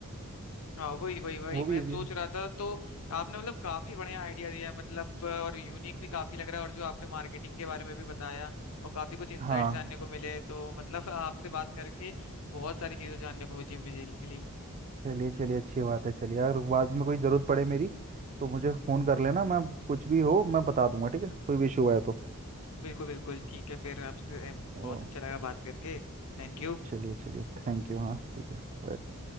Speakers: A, on the left; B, on the right.
A: हाँ वही वही वही
B: वो
A: मैं
B: भी इजी
A: सोच
B: है
A: रहा था तो आपने मतलब काफी बढ़िया आइडिया दिया है मतलब अ, और यूनिक भी काफी लग रहा है और जो आपने मार्केटिंग के बारे में भी बताया और काफी कुछ इंसाइट्स
B: हाँ
A: जानने को मिले तो मतलब <laughs> आपसे बात करके बहुत सारी चीजें जानने को मुझे मिली मिली।
B: चलिए चलिए अच्छी बात है चलिए अगर बाद में कोई ज़रूरत पड़े मेरी तो मुझे फ़ोन कर लेना मैं कुछ भी हो मैं बता दूंगा ठीक है कोई भी इशू आया तो
A: बिल्कुल बिल्कुल ठीक है फिर आपसे अ,
B: ओ
A: बहुत अच्छा लगा बात करके Thank you
B: चलिए चलिए थैंक यू हाँ ठीक है bye।